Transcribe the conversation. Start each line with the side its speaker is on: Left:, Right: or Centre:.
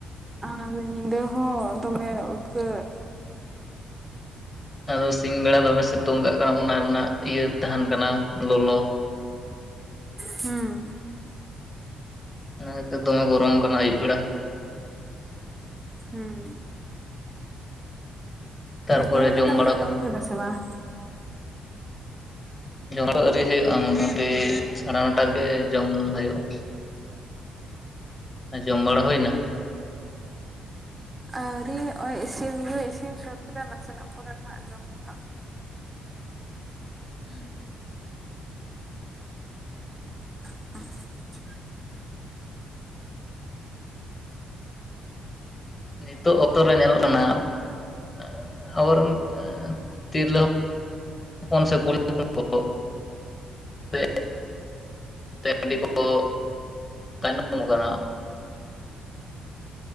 Right: ᱟᱨ ᱧᱤᱫᱟᱹ ᱦᱚᱸ ᱫᱚᱢᱮ ᱩᱫᱽᱜᱟᱹᱨ
Left: ᱟᱫᱚ ᱥᱤᱧ ᱵᱮᱲᱟ ᱫᱚᱢᱮ ᱥᱤᱛᱩᱝ ᱠᱟᱜ ᱠᱟᱱᱟ ᱚᱱᱟ ᱨᱮᱱᱟᱜ ᱤᱭᱟᱹ ᱛᱟᱦᱮᱱ, ᱠᱟᱱᱟ ᱞᱚᱞᱚ
Right: ᱦᱩᱸ
Left: ᱚᱱᱟ ᱠᱷᱟᱹᱛᱤᱨ ᱫᱚᱢᱮ ᱜᱚᱨᱚᱢ ᱠᱟᱱᱟ ᱟᱹᱭᱩᱵ ᱵᱮᱲᱟ ᱦᱚᱸ
Right: ᱦᱩᱸ
Left: ᱛᱟᱨᱯᱚᱨᱮ
Right: ᱞᱮ ᱠᱤᱨᱩᱵ ᱫᱟᱠᱟ ᱫᱚᱯᱮ
Left: ᱵᱟᱲᱟ ᱠᱚᱫᱚ
Right: ᱡᱚᱢ ᱠᱮᱫᱟ ᱥᱮ ᱵᱟᱝᱟ
Left: ᱡᱚᱢᱫᱚ ᱟᱹᱨᱤ ᱦᱩᱭᱩᱜᱼᱟ ᱢᱳᱴᱟ - ᱢᱩᱩᱴᱤ ᱥᱟᱲᱮ ᱱᱚᱴᱟ ᱠᱮ ᱡᱚᱢ ᱦᱩᱭᱩᱜᱼᱟ ᱮᱸ ᱡᱚᱢ ᱵᱟᱲᱟ ᱦᱩᱭᱱᱟ
Right: ᱟᱻᱣᱨᱤ ᱚᱭ ᱤᱥᱤᱱ ᱦᱩᱭ ᱤᱥᱤᱱ ᱥᱟᱹᱛ ᱠᱮᱫᱟ ᱱᱟᱥᱮᱱᱟᱜ ᱯᱚᱨᱮ ᱫᱚ ᱦᱟᱸᱜ ᱡᱚᱢ ᱦᱩᱭᱩᱜᱼᱟ
Left: ᱦᱩᱸ
Right: <unintelligible>
Left: ᱱᱤᱛᱚᱜ ᱚᱛᱚᱨᱮ ᱧᱮᱞ ᱠᱟᱱᱟ ᱮᱸ ᱟᱵᱳᱨᱚᱱ ᱮᱸᱻ ᱛᱤᱨᱞᱟᱹ ᱦᱼᱼ ᱦᱚᱯᱚᱱ ᱥᱮ ᱠᱩᱲᱤ ᱦᱚᱯᱚᱱ ᱠᱚ ᱥᱮ ᱛᱮ ᱟᱹᱰᱤ ᱠᱚ ᱛᱟᱹᱭᱱᱩᱢ ᱠᱟᱱᱟ